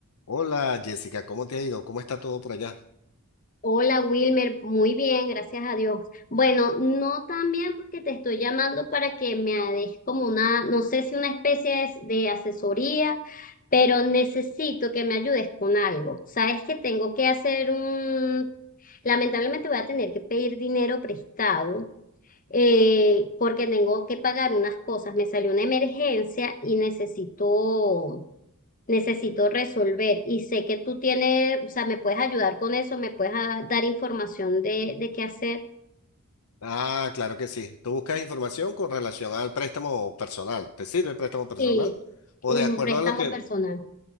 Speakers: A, on the left; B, on the left.
A: Hola Jessica, ¿cómo te ha ido? ¿Cómo está todo por allá?
B: Hola Wilmer, muy bien, gracias a Dios. Bueno, no tan bien porque te estoy llamando para que me des como una, no sé si una especie de, de asesoría, pero necesito que me ayudes con algo. Sabes que tengo que hacer un, lamentablemente voy a tener que pedir dinero prestado eh, porque tengo que pagar unas cosas. Me salió una emergencia y necesito necesito resolver y sé que tú tienes, o sea, me puedes ayudar con eso, me puedes a- dar información de, de qué hacer.
A: Ah, claro que sí. Tú buscas información con relación al préstamo personal. ¿Te sirve el préstamo personal?
B: Sí,
A: O
B: un
A: de acuerdo
B: préstamo
A: a lo que,
B: personal.